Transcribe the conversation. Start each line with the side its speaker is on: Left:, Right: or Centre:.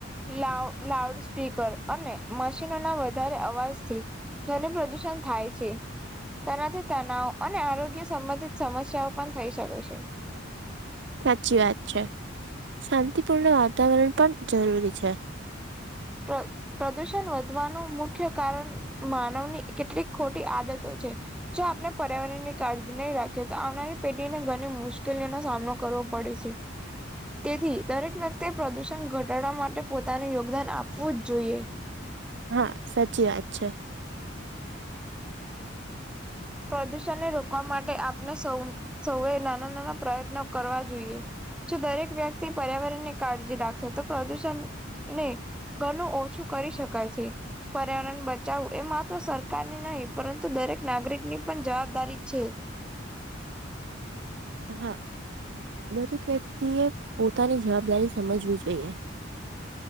Centre: લાઉ લાઉડ સ્પીકર અને મશીનોના વધારે અવાજથી ધ્વન ની પ્રદૂષણ થાય છે તેનાથી તનાવ અને આરોગ્ય સંબંધિત સમસ્યાઓ પણ થઈ શકે છે.
Right: સાચી વાત છે શાંતિપૂર્ણ વાતાવરણ પણ જરૂરી છે.
Centre: હા. પ્રદુષણ વધવાનું મુખ્ય કારણ માનવની કેટલીક ખોટી આદતો છે. જો આપણે પર્યાવરણ ની કાળજી નહી રાખી તો આવનારી પેઢીને ઘણી મુશ્કેલીઓનો સામનો કરવો પડે છે. તેથી દરેક વ્યક્તિએ પ્રદુષણ ઘટાડવા માટે પોતાનું યોગદાન આપવું જ જોઈએ.
Right: હા સાચી વાત છે.
Centre: પ્રદૂષણને રોકવા માટે આપણે સૌ સૌએ નાના નાના પ્રયત્નો કરવા જોઈએ. જો દરેક વ્યક્તિ પર્યાવરણ ની કાળજી રાખશે તો પ્રદુષણને ઘનું ઓછું કરી શકાય છે. પર્યાવરણ બચાવું એ માત્ર સરકારની નહીં પરંતુ દરેક નાગરિક ની પણ જવાબદારી છે.
Right: હા દરેક વ્યક્તિ એ પોતાની જવાબદારી સમજવી જોઈએ.